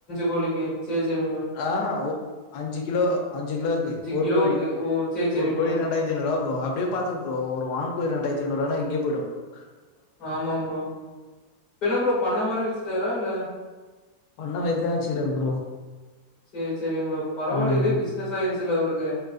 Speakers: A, on the left (about 30°); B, on the left (about 80°).
A: கோழிக்கு. சேரி சேரிங்க ப்ரோ.
B: ஆஹ் அஞ்சு கிலோ அஞ்சு கிலோக்கு ஒரு
A: கிலோவுக்கு
B: கோழி
A: ஓ! சேரி சேரிங்க
B: ஒரு கோழி
A: ப்ரோ.
B: ரெண்டாயிரத்தி ஐநறு ரூபா ப்ரோ அப்படியே பாத்துங்க ப்ரோ ஒரு வான் கோழி ரெண்டாயிரத் <unintelligible>
A: ஆமாம் ப்ரோ இப்ப என்ன ப்ரோ பண்ண மாரி விச்சுட்டாரா இல்ல
B: பண்ண மாரிதா வச்சுக்கிறரு ப்ரோ
A: சேரி சேரிங் ப்ரோ பரவாயில்ல
B: ம்
A: இதே பிசினஸ் ஆயிருச்சுல்ல அவருக்கு